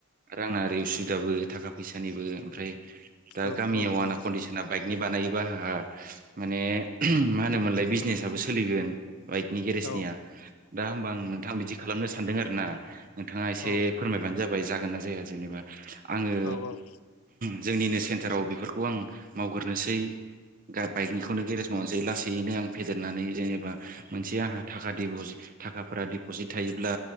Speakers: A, on the right; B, on the left.
A: आरो आंना ओरै उसुबिदाबो थाखा फैसानिबो ओमफ्राय दा
B: औ
A: गामियाव आना कन्डिसिना बाइक नि बानायोबा आहा माने <unintelligible> मा होनोमोनलाय बिजनेसआबो सोलिगोन। बाइकनि गेरेजनिया
B: औ
A: दा होमबा आं नोंथां बिदि खालामनो सानदों आरो ना। नोंथाङा एसे
B: औ
A: फोरमायबानो जाबाय जागोन ना जाया जेनेबा आङो
B: औ
A: जोंनिनो सेन्थाराव बेफोरखौ आं मावगोरनोसै गा बाइकनिखौनो गेरेज मावनोसै लास सैयैनो आं फेदेरनानै जेनेबा मोनसे आंहा थाखा दिबजि थाखाफोरा देपजिट थायोब्ला